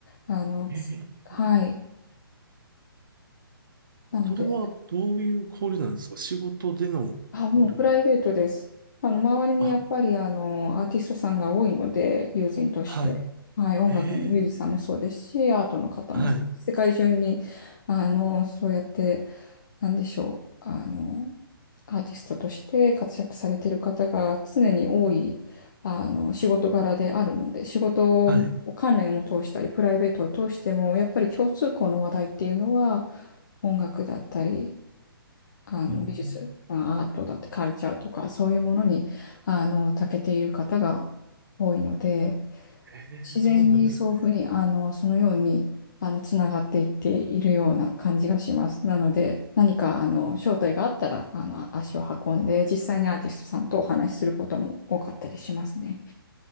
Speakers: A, on the left; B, on the right.
A: あの、
B: えー、
A: つはい。なので、
B: それはどういう交流なんですか仕事での交流。
A: あ、もうプライベートです。あの、周りにやっぱり、
B: あ、
A: あの、アーティストさんが多いので、友人として。
B: はい。
A: はい、音楽のミュージシャンもそうですし、
B: え
A: アートの方もそうです世界中に、
B: ー、はい、
A: あの、そうやって、なんでしょう、あの、アーティストとして活躍されている方が常に多い、あの、仕事柄であるので、仕事関連を通したり、
B: はい。
A: プライベートを通しても、やっぱり共通項の話題っていうのは、音楽だったり、あの、
B: あの、
A: 美術、まあアートだって、カルチャーとか、そういうものに、あの、長けている方が多いので、
B: えー、
A: 自然にそういうふうに、
B: そうなんですね。
A: あの、そのように、あの、つながっていっているような感じがします。なので、何か、あの、招待があったら、あの、足を運んで、実際にアーティストさんとお話しすることも多かったりしますね。